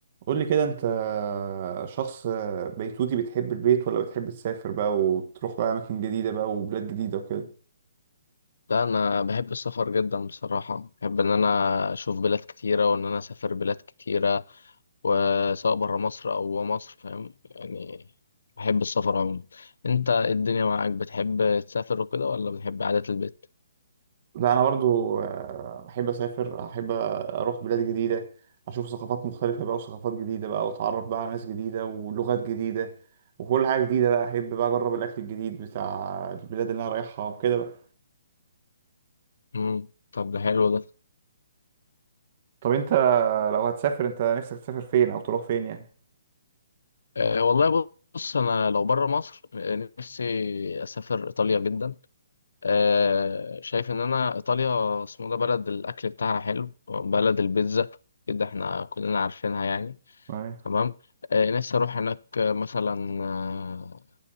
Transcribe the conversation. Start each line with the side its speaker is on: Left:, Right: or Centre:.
Right: قول لي كده انت شخص بيتوتي بتحب البيت ولا بتحب تسافر بقى وتروح بقى اماكن جديدة بقى وبلاد جديدة وكده
Left: لا انا بحب السفر جدا بصراحه بحب ان انا اشوف بلاد كتيره وان انا اسافر بلاد كتيره وسواء بره مصر او جوه مصر فاهم يعني بحب السفر عموما انت إيه الدنيا معاك بتحب تسافر وكده ولا بتحب قعده البيت
Right: لا انا برضو آه، بحب اسافر احب اروح بلاد جديدة اشوف ثقافات مختلفة بقى وثقافات جديدة بقى واتعرف بقى على ناس جديدة ولغات جديدة وكل حاجة جديدة بقى احب بقى اجرب الاكل الجديد بتاع البلاد اللي انا رايحها وكده بقى
Left: امم طب ده حلو ده
Right: طب انت لو هتسافر انت نفسك تسافر فين او تروح فين يعني؟
Left: أه والله بص انا لو بره مصر آه، نفسي اسافر ايطاليا جدا أه شايف ان انا ايطاليا اسمه ده بلد الاكل بتاعها حلو بلد البيتزا كده احنا كلنا عارفينها يعني
Right: ايوه
Left: تمام آه نفسي أروح هناك آه، مثلا آه